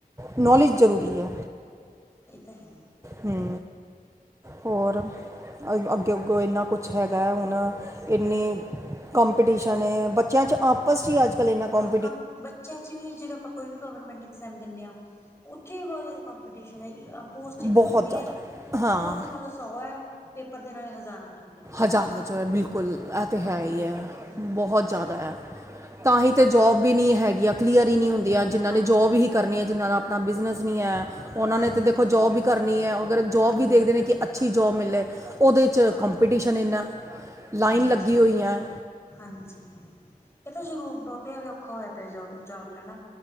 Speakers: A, on the right (about 20°); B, on the left (about 15°).
A: ਨੌਲੇਜ ਜ਼ਰੂਰੀ ਐ।
B: ਇਹ ਤਾ ਹੈ।
A: ਹਂ, ਹੋਰ ਅੱਗੇ ਅੱਗੋਂ ਇੰਨਾ ਕੁਛ ਕੁਛ ਹੈਗਾ ਹੁਣ ਇੰਨੀ ਕੰਪੀਟੀਸ਼ਨ ਏ ਬੱਚਿਆਂ ਚ ਆਪ ਆਪਸ ਚੀ ਅੱਜ-ਕੱਲ ਇੰਨਾ ਕੰ
B: ਮ ਬੱਚਿਆਂ ਚ ਵੀ ਜਿਦਾ ਪਾਂ ਕੋਈ ਵੀ ਗਵਰਮੈਂਟ ਐਗਜ਼ਾਮ ਦਿੰਣੇ ਆਂ, ਉੱਥੇ ਵੀ ਬਹੁਤ ਜ਼ਿਆਦਾ ਕੰਪੀਟੀਸ਼ਨ ਐ। ਅਪ ਪੋਸਟ ਇੱਕ
A: ਬਹੁਤ
B: ਹੁੰਦੀ
A: ਜ਼ਿਆਦਾ
B: ਏ,
A: ਹਾਂ
B: ਪੋਸਟ ਮਤਲਬ ਸੌ ਐ, ਪੇਪਰ ਦੇਣ ਵਾਲੇ ਹਜ਼ਾਰਾਂ ਚ ਹੁੰਦੇ ਨੇ।
A: ਹਜ਼ਾਰਾ ਚੋ ਹੈ ਬਿਲਕੁਲ ਇਹ ਤਾਂ ਹੈ
B: ਹਾਂਜੀ
A: ਈ ਐ
B: ਹਾਂ
A: ਬਹੁਤ ਜ਼ਿਆਦਾ ਐ। ਤਾਂ ਹੀ ਤੇ
B: ਅੱਜ
A: ਜੋਬ
B: ਕੱਲ੍ਹ
A: ਵੀ ਨ੍ਹੀਂ ਹੈਗੀਆਂ, ਕਲੀਅਰ ਈ ਨਈਂ ਹੁੰਦੀਆਂ ਜਿਹਨ੍ਹਾਂ
B: ਹਾਂ
A: ਨੇ ਜੋਬ ਹੀ ਕਰਨੀ ਐ, ਜਿੰਨਾ ਦਾ ਆਪਣਾ ਬਿਜ਼ਨਸ ਨਈਂ ਹੈ ਉਹਨਾਂ
B: ਹਾਂਜੀ
A: ਨੇ ਤਾਂ ਦੇਖੋ ਜੋਬ ਹੀ ਕਰਨੀ ਐ, ਅਗਰ ਜੋਬ
B: ਹਾਂ
A: ਵੀ ਦੇਖਦੇ ਨੇ ਕਿ ਅੱਛੀ ਜੋਬ ਮਿਲੇ ਉਹਦੇ ਚ ਕੰਪ
B: ਹਾਂ
A: ਕੰਪਟੀਸ਼ਨ ਇਨਾ ਲਾਈਨ
B: ਹਾਂਜੀ
A: ਲੱਗੀ ਹੋਈਆਂ।
B: ਹਾਂਜੀ, ਇਹ ਤਾਂ ਜ਼ਰੂਰ ਬਹੁਤਆ ਦਾ ਔਖਾ ਹੋਇਆ ਪਿਆ ਜੋ ਜੋਬ ਲੈਣਾ।